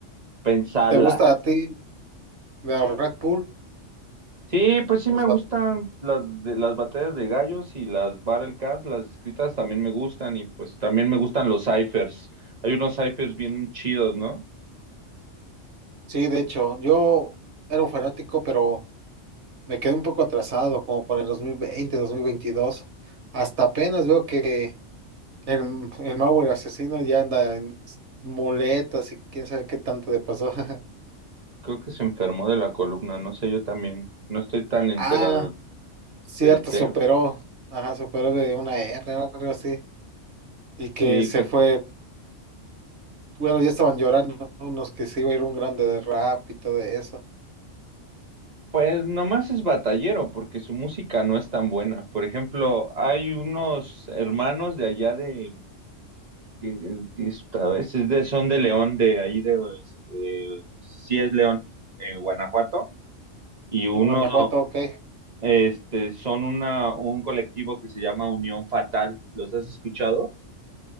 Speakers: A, on the right; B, on the right.
A: pensalas.
B: ¿Te gusta a ti de Red Bull?
A: Sí, pues sí
B: Los
A: me gustan
B: bat-
A: las, de- las batallas de gallos y las Battlecats, las escritas también me gustan y pues también me gustan los ciphers. Hay unos ciphers bien chidos, ¿no?
B: sí, de hecho, yo era un fanático, pero me quedé un poco atrasado, como por el dos dos mil veinte dos mil veintidós Hasta apenas veo que el, el Mauer asesino ya anda en muletas y quién sabe qué tanto le pasó. <laughs>
A: Creo que se enfermó de la columna, no sé, yo también. No estoy tan enterado
B: Ah, cierto,
A: del tema.
B: superó. Ajá, superó de una R o algo así. Y que
A: Sí,
B: se
A: que-
B: fue Bueno, ya estaban llorando unos que se iba a ir un grande de rap y todo eso.
A: pues nomás es batallero porque su música no es tan buena. Por ejemplo, hay unos hermanos de allá de, que, que es- a veces de, son de León, de ahí de, este, sí es León, en Guanajuato y uno,
B: En Guanajuato, ok.
A: este, son una, un colectivo que se llama Unión Fatal. ¿Los has escuchado?